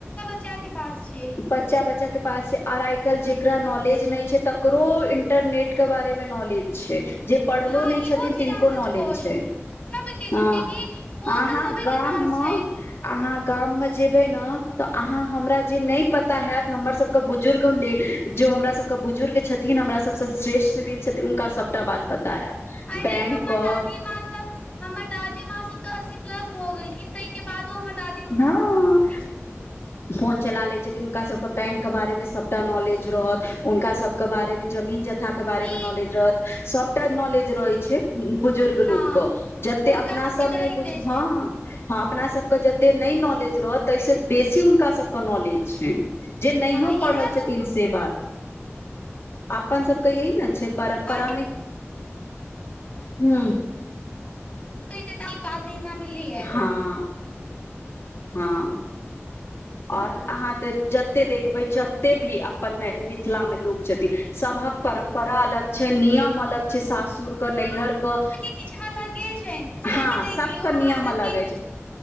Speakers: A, on the left (about 20°); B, on the left (about 55°).
A: च्चा के पास छै
B: बच्चा बच्चा के पास छै आर आइ काल्हि जकरा नॉलेज नै छै तकरो इंटरनेट क बारे मे नॉलेज छै जे पढ़लो
A: हँ
B: नै
A: इहो
B: छतिन
A: चीज
B: तिनको
A: अहाँ सच
B: नाॅलेज
A: कहै
B: छै
A: छी सबके छै
B: हँ
A: कियाकि फोन
B: आहाँ
A: तऽ सभे
B: गाम
A: के पास
B: मे
A: छै
B: अहाँ गाम म जेबै न तऽ आहाँ हमरा जे नै पता होयत हमर सबके बुजुर्ग लेल जे हमरा सबके बुजुर्ग छथिन हमरा सबसँ श्रेष्ठ जे छथिन हुनका सब टा बात पता हैत। बैंक
A: ए हमर
B: के
A: दादी माँ सब हमर दादी माँ सब तऽ अस्सी प्लस भऽ गेलखिन ताईके बादओ हमर दा
B: हँ
A: कथी
B: फोन चला लै छथिन हुनका सबके बैंक के बारे मे सबटा नॉलेज रहत हुनका सबके बारे मे जमीन जथा के बारे
A: ई
B: मे नॉलेज रहत सभटा नॉलेज रहै छै बुजुर्ग
A: हँ
B: लोकके
A: हु-
B: जते
A: हुनका
B: अपना
A: सबके
B: सब
A: तऽ
B: नै
A: रहिते
B: बुझ
A: छनि
B: हँ हँ अपना सबके जते नै नॉलेज रहत ताहिसँ बेसी हुनका सभके नॉलेज छनि जे नहियो
A: हँ इएह
B: पढ़ल छथिन
A: तो
B: से से बात अपन सबके यही न छै परम्परामे
A: आर
B: हूँ
A: कहि दे त ई बात न एना बिली या
B: हँ हँ आओर
A: हँ
B: अहाँ तऽ जते देखबै जते भी अपन मे मिथिला मे लोकोग छथिन सभहक परम्परा अलग छै नियम अलग छै सासुर कऽ नैहर कऽ
A: किछ अलगे छनि जेनाकि
B: हँ
A: देख
B: सबके
A: लियौ हमर
B: नियम
A: सबके
B: अलग अछि